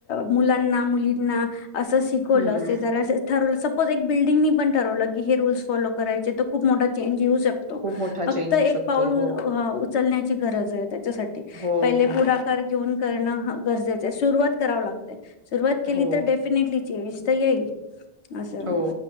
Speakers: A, on the left (about 80°); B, on the right (about 35°).
A: मुलांना मुलींना असं शिकवलं
B: हं.
A: असे जरासे ठरवलं सपोज एक बिल्डिंगनी पण ठरवलं की हे रूल्स फॉलो करायचे तर खूप मोठा चेंज शकतो.
B: खूप मोठा चेंज
A: फक्त एक
B: येऊ शकतो.
A: पाऊल
B: हो.
A: उ अं उ चलण्या गरज आहे त्याच्यासाठी
B: हो,
A: पहिले
B: हो.
A: पुढाकार घेऊन करणं गरजेचं आहे. सुरुवात करावं लागतंय, सुरूवात केली
B: हो,
A: तर डेफिनेटली चेंज तर येईल. असं
B: हो